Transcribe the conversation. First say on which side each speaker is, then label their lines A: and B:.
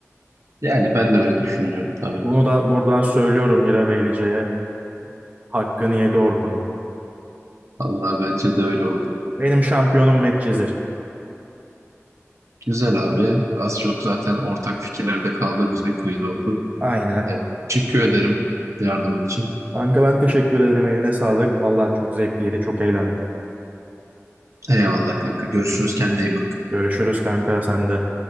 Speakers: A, on the right; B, on the right.
A: Yani ben de öyle düşünüyorum tabii.
B: Bunu da buradan söylüyorum Mira Beylice'ye. Hakkını yedi Orkun'un.
A: Allah bence de öyle oldu.
B: Benim şampiyonum Medcezir.
A: Güzel abi. Az çok zaten ortak fikirlerde kaldığımız bir quiz oldu.
B: Aynen.
A: Evet, teşekkür ederim yardımın için.
B: Kanka ben teşekkür ederim. Eline sağlık. Vallahi çok zevkliydi. Çok eğlendim.
A: Eyvallah kanka. Görüşürüz. Kendine iyi bak.
B: Görüşürüz kanka sen de.